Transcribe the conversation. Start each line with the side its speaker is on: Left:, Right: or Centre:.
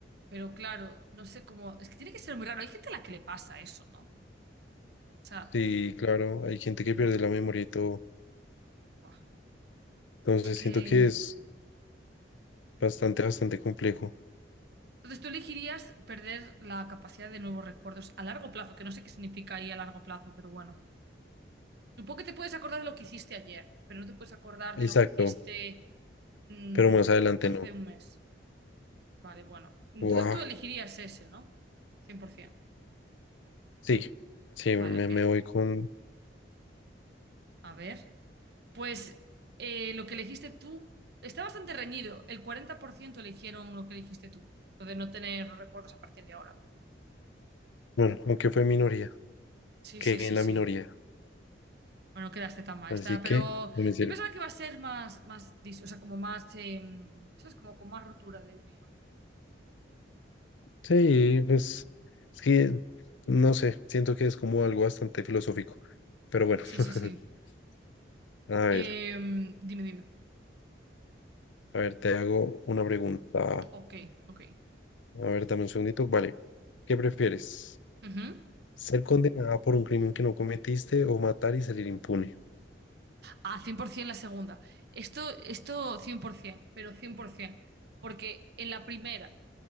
Right: Pero claro, no sé cómo. Es que tiene que ser muy raro. Hay gente a la que le pasa eso, ¿no? O sea,
Left: sí, claro, hay gente que
Right: buah,
Left: pierde la memoria y todo.
Right: buah.
Left: Entonces
Right: Es que.
Left: siento que es bastante, bastante complejo.
Right: Entonces, tú elegirías perder la capacidad de nuevos recuerdos a largo plazo, que no sé qué significa ahí a largo plazo, pero bueno. Supongo que te puedes acordar de lo que hiciste ayer, pero no te puedes acordar
Left: Exacto,
Right: de lo que hiciste mm,
Left: pero más adelante
Right: hace
Left: no.
Right: un mes. Vale, bueno. Entonces
Left: Guau,
Right: tú elegirías ese, ¿no? 100%.
Left: Sí, sí,
Right: Vale,
Left: me,
Right: ok.
Left: me voy con,
Right: A ver. Pues eh, lo que elegiste tú está bastante reñido. El 40% eligieron lo que elegiste tú, lo de no tener recuerdos a partir de ahora.
Left: bueno, aunque fue minoría,
Right: Sí,
Left: que
Right: sí, sí,
Left: en la
Right: sí.
Left: minoría.
Right: Bueno, no quedaste tan mal,
Left: Así
Right: está.
Left: que,
Right: Pero
Left: no me sirve.
Right: yo pensaba que iba a ser más, más, dis- o sea, como más, eh, ¿sabes? Como con más rotura de uno y otro, pero bueno.
Left: Sí, pues, es que, no sé, siento que es como algo bastante filosófico. Pero bueno,
Right: Sí,
Left: <laughs>
Right: sí, sí.
Left: a ver,
Right: Eh, dime, dime.
Left: a ver, te hago una pregunta.
Right: Ok, ok.
Left: A ver, dame un segundito. Vale, ¿qué prefieres?
Right: Ujú.
Left: Ser condenada por un crimen que no cometiste o matar y salir impune.
Right: Ah, 100% la segunda. Esto, esto 100%, pero 100%. Porque en la primera